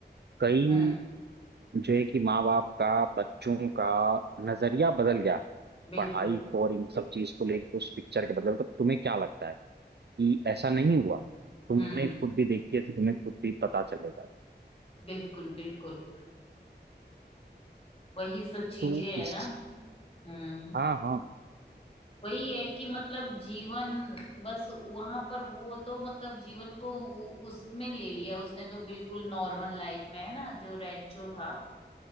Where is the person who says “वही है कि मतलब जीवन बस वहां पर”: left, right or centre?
Left